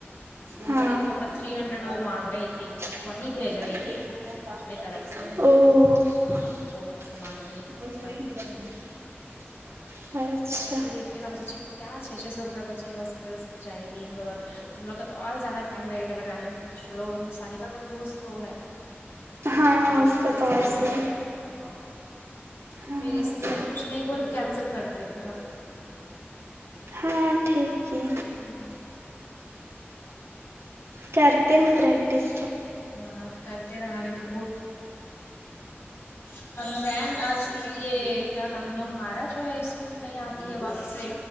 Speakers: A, on the left (about 60°); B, on the right (about 80°).
A: وہ
B: ہاں
A: بھی مطلب تھری ہنڈریڈ وہ مانگ رہی تھی
B: اوو
A: وہی بھیج رہی تھی اپنے طرف سے ہاں تو وہ پیسہ
B: اچھا
A: مانگ رہی تھی بدلے میں اس لیے پھر ہم سوچے کہ کیا چھ سو روپے بچے گل اس میں جائے گی ان لوگ تم لوگ کا تو اور زیادہ ٹائم لگے گا گانے میں کیونکہ سلو صاحبہ بت سلو ہے تم
B: ہاں
A: توپھر
B: اس
A: بھی
B: کا
A: اسپیڈ
B: تو اور سلو
A: لگاتی
B: ہے
A: ہاں
B: ہاں
A: پھر اس لیے ہم کچھ نہیں بولے کینسل کر دیا پھر ہم
B: ہاں ٹھیگ ہے
A: ہم
B: کرتے ہیں پریک ٹیس
A: ہاں کرتے رہنا نہیں تو <unintelligible> ہ وین آ تے کیا نا م ہے نو ہارا جو ہے اسکول نہیں آتی ہے وقت سے